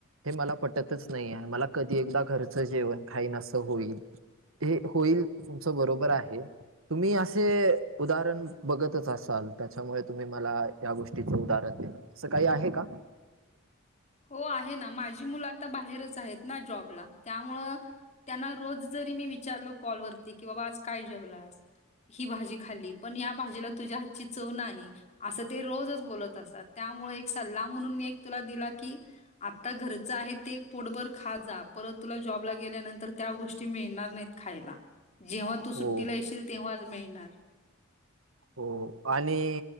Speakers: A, on the right (about 80°); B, on the left (about 35°).
A: हे मला पटतच नाहीये मला कधी एकदा घरचं जेवण खाईन असं होईल ते होईल तुमच बरोबर आहे तुम्ही असे उदाहरण बघतच असाल त्याच्यामुळे तुम्ही मला या गोष्टीचं उदाहरण दिल असं काही आहे का
B: हो आहे ना माझी मुलं आता बाहेरच आहेत ना जॉबला त्यामुळं त्यांना रोज जरी मी विचारलो कॉलवरती की बाबा आज काय जेवलास ही भाजी खाल्ली पण या भाजीला तुझ्या हातची चव नाही असं ते रोजच बोलत असतात त्यामुळे एक सल्ला म्हणून मी एक तुला दिला की आता घरचं आहे ते पोटभर खात जा परत तुला जॉबला गेल्यानंतर त्या गोष्टी मिळणार नाहीत खायला जेव्हा तू सुट्टीला
A: हो
B: येशील तेव्हाच मिळणार
A: हो आणि